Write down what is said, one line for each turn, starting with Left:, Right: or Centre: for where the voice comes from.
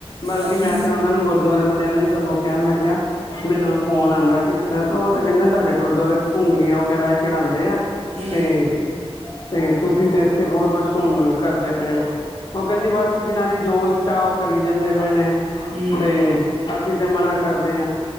Left: ਬਲਕਿ
Right: ਅੱਛਾ
Left: ਮੈਂ ਤੇ ਉਹਨਾਂ ਨੂੰ ਗੁਰਦੁਆਰੇ ਵਾਲਿਆਂ ਨੂੰ ਵੀ ਸਗੋਂ ਕਿਹਾ ਮੈਂ ਕਿਹਾ ਮੈਨੂੰ ਫੋਨ ਆਉਂਦਾ ਕਿਸੇ ਦਾ ਤੇ ਉਹ ਤਾਂ ਕਹਿੰਦੇ ਸਾਡੇ ਗੁਰਦੁਆਰੇ ਤੇ ਘੁੰਗਣੀਆਂ ਵਗੈਰਾ ਚੜਾਉਂਦੇ ਆ
Right: ਹਮ
Left: ਤੇ ਤੇ ਤੁਸੀਂ ਤੇ ਇੱਥੇ ਬਹੁਤ ਕੁਛ ਹੁਣ ਕਰਦੇ ਪਏ ਹੋ ਉਹ ਕਹਿੰਦੀ ਬਸ ਜਿਹਨਾ ਦੀ ਜੋ ਇੱਾ ਚਾ ਕਰੀ ਜਾਂਦੇ ਭੈਣੇ
Right: ਹੂੰ
Left: ਤੇ ਅਸੀਂ ਤੇ ਮਨਾ ਕਰਦੇ ਹਾਂ